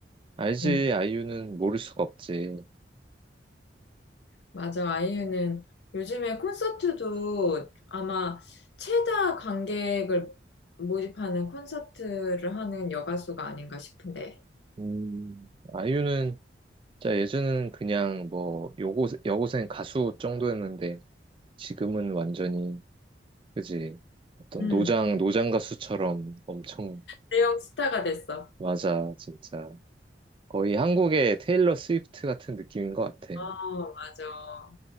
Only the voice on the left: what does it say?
음.
맞아. 아이유는 요즘에 콘서트도 아마 최다 관객을 모집하는 콘서트를 하는 여가수가 아닌가 싶은데.
음,
대형 스타가 됐어.
어, 맞아.